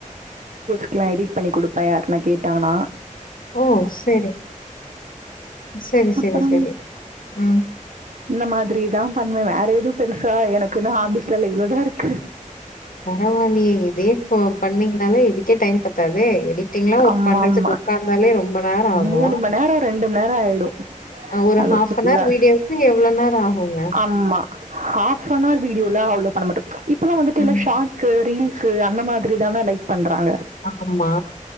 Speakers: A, on the right (about 65°); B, on the left (about 85°).
A: க்குலா எடிட் பண்ணி குடுப்பே யாருனா கேட்டாங்கனா
B: ம் சேரி சேரி சேரி
A: அப்புறம்
B: சேரி ம்
A: இந்த மாதிரிதா பண்ணுவே வேற எதுவு பெருசா எனக்கு நா ஆஹாபீஸ்ல இவ்ளோதா இருக்கு
B: பரவால்லயே இதே ஃபோ பண்ணீங்கனாலே இதுக்கே டைம் பத்தாதே எடி ட்டிங்கலா ஒர்க்
A: ஆமா
B: பண்றதுக்கு
A: ஆமா
B: உக்காந்தாலே ரொம்ப நேரோ ஆகு
A: மூணு மணி நேரம் ரெண்டு மணி நேரம் ஆயிடும்
B: ஒரு
A: அது
B: ஃஆப்னவர்
A: ஃபுல்லா
B: வீடியோக்கு எவ்ளோ நேரோ ஆகுங்க
A: ஆமா ஹாஃப் அன் ஆர் வீடியோல அவ்ளோ பண்ணமட்டு இப்பல்லா வந்துட்டு
B: ம்
A: இல்ல ஷாட்ஸு ரீல் ஸு அந்த மாதி ரி தான லைக் பண்றாங்க
B: ஆமா